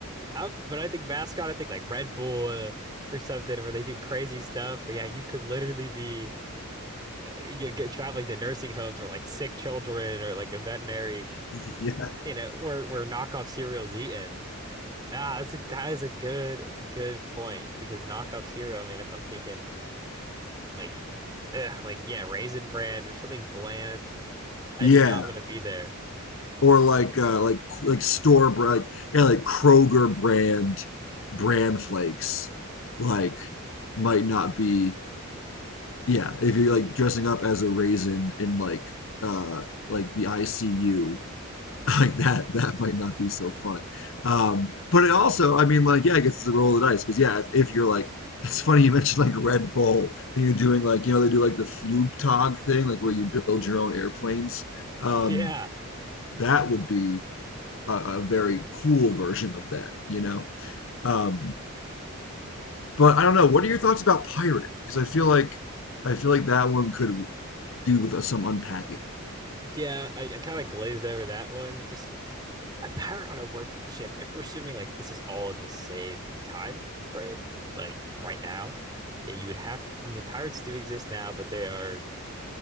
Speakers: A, on the right; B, on the left.
A: I, when I think mascot, I think like Red Bull uh, or something where they do crazy stuff. But yeah, you could literally be uh, you get traveling to nursing homes or like sick children or like a veterinary,
B: <laughs> yeah.
A: you know, where where knockoff cereal's eaten. Ah, that's a, that is a good good point because knockoff cereal. I mean, if I'm thinking like, ugh, like yeah, Raisin Bran or something bland, I
B: yeah,
A: do not want to be there.
B: or like uh, like like store brand, like yeah, like Kroger brand brand flakes, like might not be Yeah, if you're like dressing up as a raisin in like uh like the ICU, <laughs> like that that might not be so fun. Um, but it also, I mean, like yeah, I guess it's a roll of the dice because yeah, if, if you're like <laughs> it's funny you mentioned like Red Bull and you're doing like you know they do like the Flugtag thing like where you build your own airplanes. Um,
A: Yeah,
B: that would be a, a very cool version of that, you know. Um, but I don't know. What are your thoughts about pirate? Because I feel like I feel like that one could do with some unpacking.
A: yeah, I, I kind of glazed over that one. Just a pirate on a working ship. If we're assuming like this is all in the same time frame, like right now, yeah, you would have. I mean, pirates do exist now, but they are,